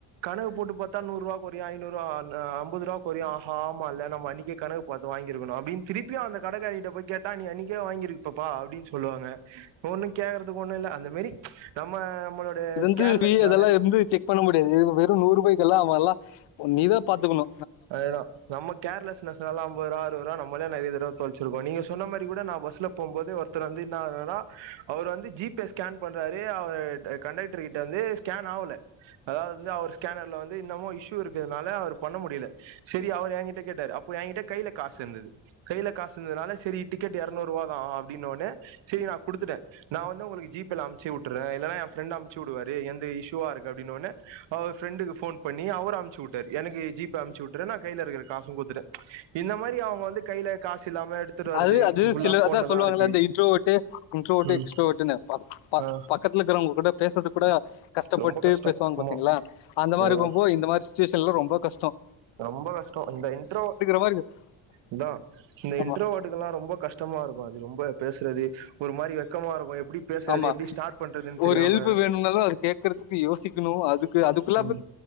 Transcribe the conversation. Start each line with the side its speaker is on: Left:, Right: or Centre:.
Right: கணக்கு போட்டு பாத்தா நூறுபா கொறையுற ஐநூறுபா அ அன் அம்பது ரூபா கொறையு ஆமால நம்ம அன்னிக்கே கணக்கு பாத்து வாங்கிருக்கணு அப்டின்னு திருப்பியு அந்த கடக்காங்கிட்ட போய் கேட்டா நீ அன்னிக்கே வாங்கியிருக்ப்பப்பா அப்டின்னு சொல்லுவாங்க ஒன்னு கேக்குறதுக்கு ஒண்ணு இல்ல அந்த மாரி நம்ம நம்மளோட
Left: இது வந்து
Right: கேர்லெஸ்னால
Left: சி அதெல்லா இருந்து செக் பண்ண முடி இது வெறு நூறுபாய்க்கெல்லா அவல்லா நீதா பாத்துக்கணு
Right: அதேதா நம்ம கேர்லெஸ்னஸ்னால அம்பதுருவா அறுவதுருவா நம்மளே நிறைய தடவ தொலைச்சிருக்கோ நீங்க சொன்ன மாரி கூட நா பஸ்ல போம்போது ஒருத்தர் வந்து இன்னானா அவர் வந்து ஜி பே ஸ்கேன் பண்றாரு அவர் கண்டக்டருகிட்ட வந்து ஸ்கேன் ஆவல அதாவது வந்து அவர் ஸ்கேனர்ல வந்து என்னமோ இஷ்யூ இருக்கனால அவர் பண்ண முடிய சரி அவர் எங்கிட்ட கேட்டாரு அப்ப எங்கிட்ட கைல காசு இருந்தது கையில காசு இருந்ததுனால சரி டிக்கெட் இரநூறுவா தான் ஆவும் அப்படின்னுடனே சரி நான் குடுத்துட்டேன். நான் வந்து உங்களுக்கு ஜீப்பேல அம்சி வுட்டுறேன் இல்லன்னா என் ஃப்ரெண்ட் அமுச்சு விடுவாரு எந்து இஷூுவா இருக்கு அப்படின்னவுனுே அவர் ஃரெண்டுக்கு போன் பண்ணி அவரு அமுச்சி விட்டாரு எனக்கு ஜீப் அமுச்சி வுட்டுறே நா கைய்ல இருக்கிற காசு குத்துட்டே ப்ச் இந்த மாரி அவங்க வந்து கைல காசு இல்லாம எடுத்துட்டு வருது
Left: அது அது
Right: ஃபுல்லா
Left: சில
Right: ஃபோன்ல
Left: அதா சொல்லுவாங்கள
Right: தா இருக்கு
Left: இந்த இன்ட்ரோஓட்டு இன்ட்ரோஓட்டு
Right: ம்
Left: எக்ஸ்ட்ரோ ஓட்டுன்னு பக்
Right: ஆ
Left: பக்கத்துல இருக்கிறவங்க கூட பேசறதுக்கு கூட கஷ்டப்பட்டு
Right: ரொம்ப கஷ்டோ
Left: பேசுவாங்க பாத்தீங்களா
Right: ஆமா
Left: அந்த மாரி
Right: அதேதா
Left: இருக்கும்போ இந்த மாரி சுச்சுவேஷன்ல ரொம்போ கஷ்ட
Right: ரொம்ப கஷ்ட இந்த இன்ட்ரோ
Left: மாதிரி இருக்கு.
Right: இந்தா இந்த
Left: ஆமா
Right: இன்ட்ரோவர்ட் இதெல்லா ரொம்ப கஷ்டமா இருக்கு அது ரொம் ப பேசுறது ஒரு மாரி வெக் வெக்கமா இருக்கு எப்டி பேசுறது
Left: ஆமா
Right: எப்டி ஸ்டார்ட் பண்றதுன்னு
Left: ஒரு
Right: தெரியாம
Left: ஹெல்ப் வேணும்னாலும் அது கேட்கறதுக்கு யோசிக்கணும் அதுக்கு அதுக்குள்ள
Right: ம்